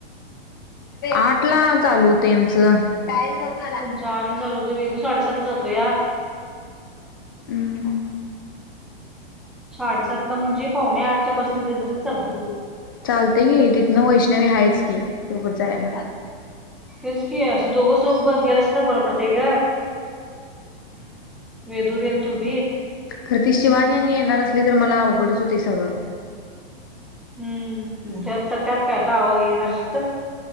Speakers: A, on the left (about 20°); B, in the centre.
A: आठ ला चालू होते आमचं का
B: तुमचा आठ ला झाल होत वेदू साडेसात ला जातो या
A: हम्म
B: साडेसात ला म्हणजे पावणे आठच्या बसन दिस चालते तू
A: चालते कि तिथनं वैष्णवी आहेच कि सोबत जायला
B: तेच की असं दोघं स गेरसत बरं पडतय का वेदू बेन तू बी
A: खरतीश शिवानी यांनी येणार असली तर मला अवघडच होती सगळं
B: हम्म त्यात काय आता आवा येणार असल तर